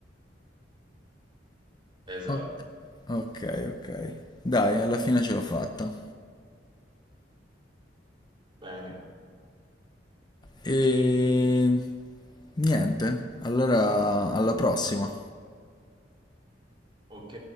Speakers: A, on the right (about 30°); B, on the left (about 25°).
A: esatto.
B: Ok. Ok, ok. Dai, alla fine ce l'ho fatta.
A: Bene,
B: E niente, allora alla prossima.
A: ok.